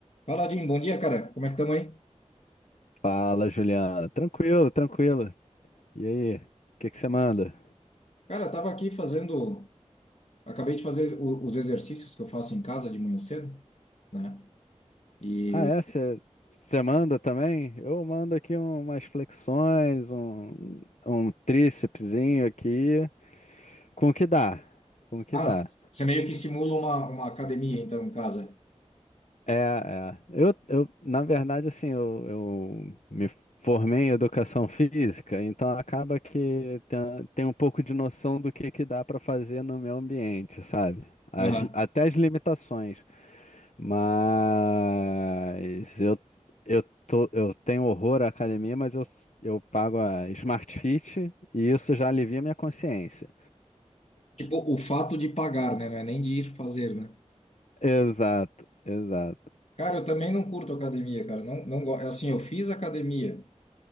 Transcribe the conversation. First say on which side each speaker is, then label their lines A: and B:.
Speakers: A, on the left; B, on the left.
A: Fala, Jim. Bom dia, cara. Como é que estamos aí?
B: Fala, Juliana. Tranquilo, tranquilo. E aí, o que que você manda?
A: Cara, eu tava aqui fazendo. Acabei de fazer o- os exercícios que eu faço em casa de manhã cedo, né? E.
B: Ah, é? Você você manda também? Eu mando aqui umas flexões, um, um trícepsinho aqui, com o que dá, com o que
A: Ah,
B: dá.
A: você meio que simula uma, uma academia, então, em casa.
B: É, é. Eu, eu, na verdade, assim, eu, eu me formei em educação física, então acaba que tem, tem um pouco de noção do que que dá para fazer no meu ambiente, sabe? As-
A: Aham.
B: até as limitações. Mas eu, eu, tô, eu tenho horror à academia, mas eu, eu pago a Smart Fit e isso já alivia minha consciência.
A: Tipo, o fato de pagar, né? Não é nem de ir fazer, né?
B: Exato, exato.
A: Cara, eu também não curto academia, cara. Não, não gosto. Assim, eu fiz academia